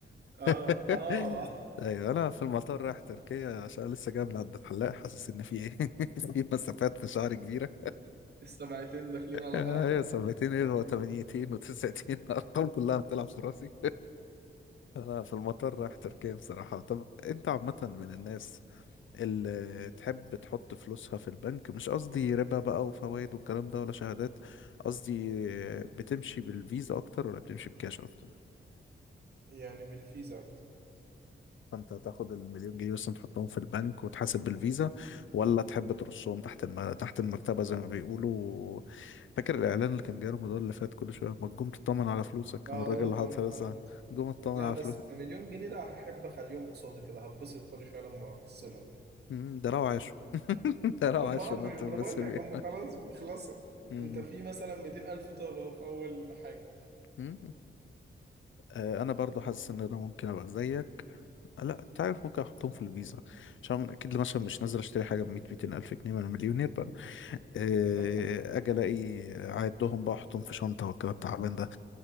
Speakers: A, on the right (about 55°); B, on the left (about 75°).
A: اه
B: <laughs>
A: اه
B: ايوه انا في المطار رايح تركيا عشان لسه جاي من عند الحلاق حاسس ان في ايه <laughs> في مسافات في شعري كبيرة
A: <laughs> السبعتين داخلين على
B: آه،
A: بعض
B: هي سبعتين ايه وثمانيتين وتسعتين <laughs> ارقام كلها بتلعب في راسي انا في المطار رايح تركيا بصراحة طب انت عامة من الناس اللي تحب تحط فلوسها في البنك مش قصدي ربا بقى وفوائد والكلام ده ولا شهادات قصدي بتمشي بالفيزا اكتر ولا بتمشي بكاش اكتر
A: يعني بالفيزا اكتر
B: فانت تاخد المليون جنيه مثلا تحطهم في البنك وتحاسب بالفيزا ولا تحب ترصهم تحت الم... تحت المرتبة زي ما بيقولوا فاكر الاعلان اللي كان جاي رمضان اللي فات كل شوية ما تقوم تطمن على فلوسك كان
A: اه
B: الراجل
A: قوم
B: اللي
A: اطمن
B: حاطط فلوسها
A: على الفلوس
B: قوم اطمن
A: لا
B: على
A: بس
B: فلوسك
A: كمليون جنيه لا هحب اخليهم قصادي كده هتبسط كل شويه لما ابص لهم يعني
B: مم، ده لو عاشوا انت لو
A: هم
B: عايش
A: اه
B: في منطقة
A: مش- ما انا
B: بس
A: بقول
B: في
A: لك هم خلاص بيخلصوا انت
B: مم.
A: في مثلا 200 الف طابه أهو في اول حاجه
B: مم. آه، انا برضو حاسس ان انا ممكن ابقى زيك آه، لا انت عارف ممكن احطهم في الفيزا عشان أنا اكيد مثلا مش نازل اشتري حاجه ب 100 200 الف جنيه ما انا مليونير بقى آه،
A: <laughs>
B: اجي الاقي اعدهم بقى احطهم في شنطه والكلام التعبان ده